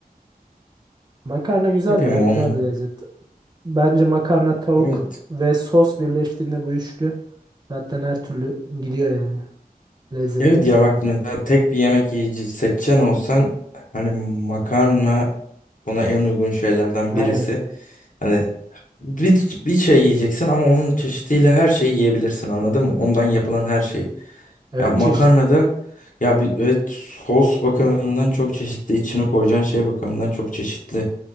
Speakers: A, on the right; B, on the left.
A: Makarna güzel
B: Ne bileyim
A: ya. Güzel
B: onu.
A: bir lezzet. Bence makarna, tavuk
B: Evet.
A: ve sos birleştiğinde bu üçlü zaten her türlü gidiyor yani. Lezzetli
B: Evet
A: bir şekilde.
B: ya bak mesela tek bir yemek yiyici seçen olsan hani makarna ona en uygun şeylerden
A: Aynen.
B: birisi. Hani bir, bir şey yiyeceksin ama onun çeşidiyle her şeyi yiyebilirsin anladın mı? Ondan yapılan her şeyi.
A: Evet
B: Ya makarnada
A: çeşit.
B: ya bir, evet sos bakımından çok çeşitli içine koyacağın şey bakımından çok çeşitli.